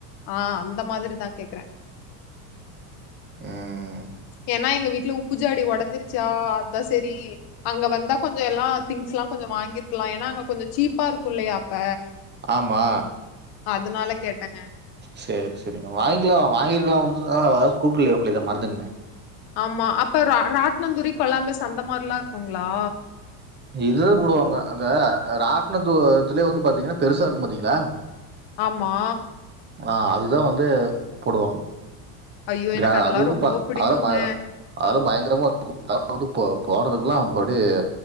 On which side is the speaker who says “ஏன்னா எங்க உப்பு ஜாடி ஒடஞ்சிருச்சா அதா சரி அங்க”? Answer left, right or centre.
Left